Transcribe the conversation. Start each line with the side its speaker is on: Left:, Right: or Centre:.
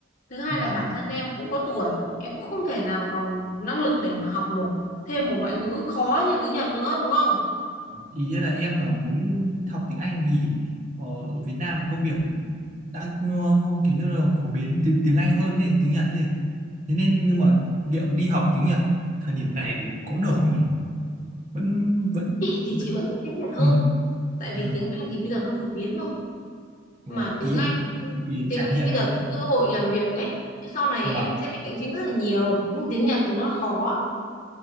Left: thứ hai
Right: vâng
Left: là bản thân em cũng có tuổi em cũng không thể nào còn năng lực để mà học nổi thêm một ngoại ngữ khó như tiếng Nhật nữa đúng không
Right: ý là em là muốn học tiếng Anh vì ờ, ở Việt Nam công việc đang ờ, kiểu như là phổ biến tiếng tiếng Anh hơn này tiếng Nhật ấy thế nên nhưng mà liệu đi học tiếng Nhật thời điểm này thì có được không nhỉ vẫn vẫn
Left: chị thì
Right: vẫn
Left: chị vẫn thích tiếng Nhật hơn
Right: ừ,
Left: tại
Right: à,
Left: vì tiếng Anh thì bây giờ nó phổ biến rồi
Right: vâng
Left: mà tiếng
Right: ý
Left: Anh
Right: là ý,
Left: tiếng
Right: trải
Left: Anh
Right: nghiệm
Left: bây giờ
Right: mà.
Left: cái cơ hội làm việc ấy sau này
Right: vâng
Left: em sẽ bị cạnh tranh rất là nhiều nhưng tiếng Nhật thì nó khó